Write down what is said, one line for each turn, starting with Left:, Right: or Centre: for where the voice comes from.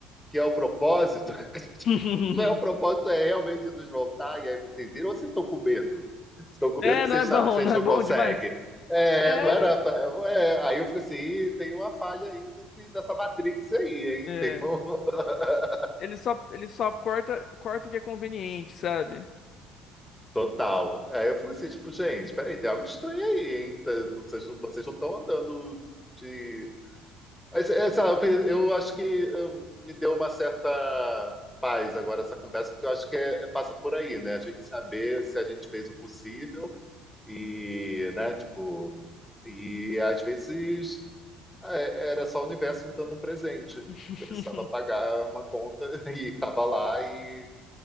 Centre: que é o propósito. <laughs>
Left: <laughs>
Centre: Não é o propósito, é realmente Jesus voltar, e aí vocês viram, ou vocês estão com medo? Estão com
Left: É,
Centre: medo que
Left: não
Centre: vocês
Left: é bom,
Centre: sabem que vocês
Left: não é
Centre: não
Left: bom
Centre: conseguem.
Left: demais.
Centre: É,
Left: É.
Centre: não era. pra- é, aí eu fico assim, "Ih, tem uma falha aí nesse, nessa Matrix aí, hein?
Left: É.
Centre: Tem um... <laughs>
Left: Ele só, ele só corta, corta o que é conveniente, sabe?
Centre: Total. Aí eu fico assim, tipo, gente, peraí, tem algo estranho aí, hein? Tá- não- Vocês não, vocês não estão andando de. Mas, é, sei lá, eu, pe- eu acho que eu- me deu uma certa paz agora essa conversa, porque eu acho que é- é- passa por aí, né? A gente saber se a gente fez o possível e, né, tipo, e às vezes é, era só o universo me dando um presente.
Left: <laughs>
Centre: Eu precisava pagar uma conta <laughs> e estava lá e